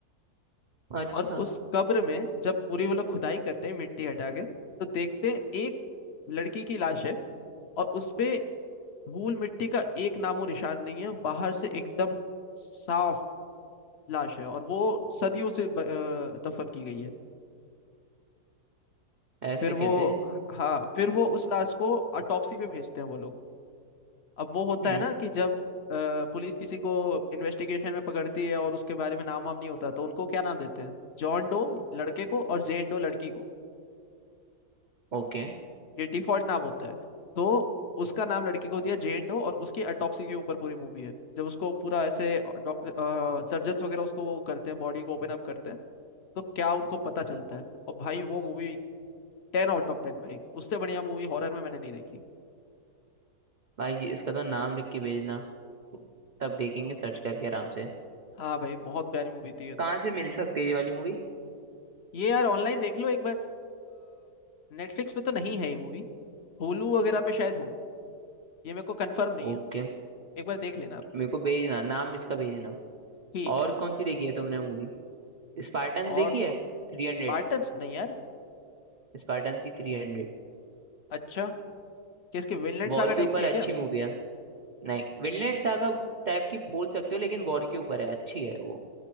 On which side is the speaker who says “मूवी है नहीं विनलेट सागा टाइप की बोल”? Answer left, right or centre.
Right